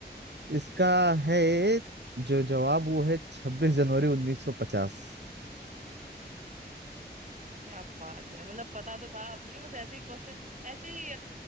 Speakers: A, on the right; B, on the right.
A: इसका है जो जवाब वो है छब्बीस जनवरी उन्नीस सौ पचास
B: क्या बात है मतलब पता तो था आपने बस ऐसे ही क्वेश्चन ऐसे ही